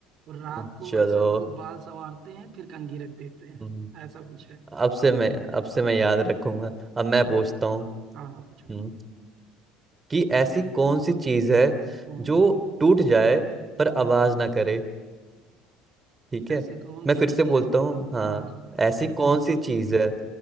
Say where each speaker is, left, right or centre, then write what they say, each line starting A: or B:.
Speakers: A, on the right; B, on the right.
A: और रात
B: हम्म,
A: को
B: चलो
A: अक्सर लोग बाल संवारते हैं फिर कंघी रख देते हैं
B: हम्म,
A: ऐसा कुछ है
B: अब से मैं अब से मैं याद रखूंगा अब मैं
A: हम्म।
B: पूछता हूँ
A: हाँ हाँ पूछो
B: हम्म, कि ऐसी कौन सी चीज है
A: हम्म
B: जो टूट जाए पर
A: हम्म
B: आवाज ना करे ठीक
A: ऐसी
B: है
A: कौन
B: मैं
A: सी
B: फिर
A: चीज
B: से बोलता हूँ हाँ
A: हाँ हाँ
B: ऐसी कौन सी चीज है